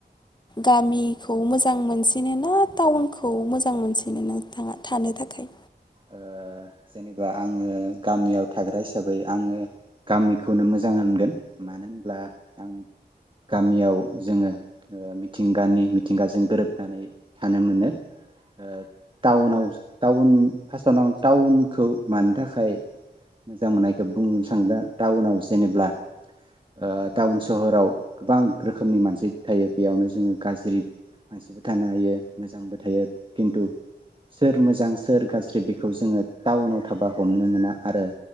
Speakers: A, on the left; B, on the right.
A: गामिखौ मोजां मोनसिनो ना टाउनखौ मोजां मोनसिनो नोंथाङा थानो थाखाय
B: ओ जेनेबा आङो गामियाव थाग्रा हिसाबै आङो गामिखौनो मोजां होनगोन मानो होनब्ला आं गामियाव जोङो ओ मिथिंगानि मिथिंगाजों गोरोबनानै थानो मोनो ओ टाउनाव टाउन फास्थआवनो आं टाउनखौ मानि थाखाय थाखाय मोजां मोननायखौ बुंनो सानदो टाउनाव जेनेबा ओ थाखाय टाउन सहराव गोबां रोखोमनि मानसि थायो बेयावनो जोङो गाज्रि मानसिबो थानो हायो मोजांबो थायो खिन्थु सोर मोजां सोर गाज्रि बि खौ जोङो टाउनाव थाबा हमनो मोना आरो